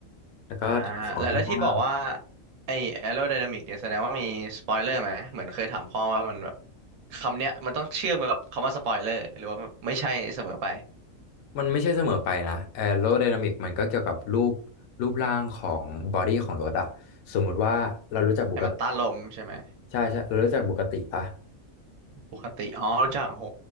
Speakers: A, on the left; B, on the right.
A: แล้วก็ชอบของที่มาก
B: อ่าแล้วแล้วที่บอกว่าไอ้ aerodynamic เนี่ยแสดงว่ามีสปอยเลอร์ไหมเหมือนเคยถามพ่อว่ามันแบบคำเนี้ยมันต้องเชื่อมกับคำว่าสปอยเลอร์หรือว่าไม่ใช่เสมอไป
A: มันไม่ใช่เสมอไปนะแอโร d y นามิกมันก็เกี่ยวกับรูปรูปร่างของบอดี้ของรถอะสมมุติว่าเรารู้จักบุกติ
B: ให้มันต้านลมใช่ไหม
A: ใช่ใช่เรารู้จักบุกติปะ
B: ปกติอ๋อรู้จักโห